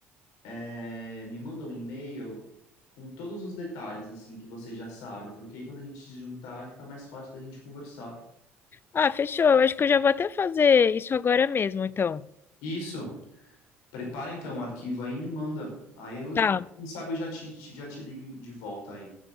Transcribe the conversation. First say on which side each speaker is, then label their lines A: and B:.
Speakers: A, on the left; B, on the left.
A: é, me manda um e-mail com todos os detalhes, assim, que você já sabe, porque aí quando a gente se juntar fica mais fácil da gente conversar.
B: Ah, fechou. Eu acho que eu já vou até fazer isso agora mesmo, então.
A: Isso. Prepara então o arquivo aí e me manda. Aí eu,
B: Tá,
A: quem sabe eu já te, te- já te ligo de volta aí.